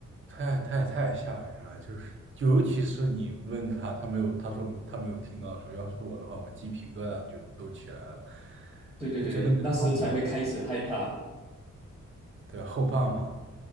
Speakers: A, on the right; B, in the centre.
A: 太太太吓人了，就是尤其是你问他，他没有，他说他没有听到的时候，要是我的话，我鸡皮疙瘩就都起来了，
B: 对对对对，
A: 这真的跟撞鬼一样
B: 那时才会开始害怕
A: 对后怕嘛？